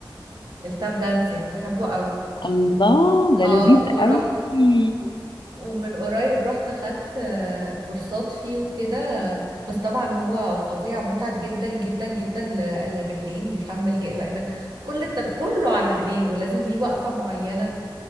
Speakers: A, on the right; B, on the left.
A: التاب دانسينج بحبه قوي
B: الله ده
A: اه
B: لذيذ
A: ورحت
B: قوي
A: ومن قريب رحت خدت آه، كورسات فيه وكده بس طبعا هو فظيع متعب جدا جدا جدا ل- للرجلين بيحمل ج- لان كل التم... كله على الرجلين ولازم ليه وقفة معينة